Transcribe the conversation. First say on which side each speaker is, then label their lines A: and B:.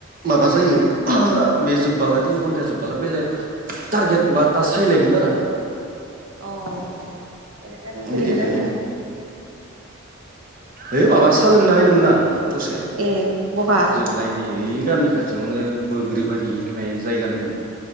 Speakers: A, on the right; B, on the right.
A: माबा जायो। बे जोब्बला तिन घन्टा जोब्बला बेलेग टारगेट बा टास सायलायगोन आरो।
B: अ बेलेग टारगेट फैलायगोन
A: बिदिनो।
B: आरो ना
A: ओइ माबा सा लोंना होदोंमोन आं दसे
B: ए बहा
A: जोबनाय। गामि खाथियावनो बोग्रिबारि होननाय जायगा दं।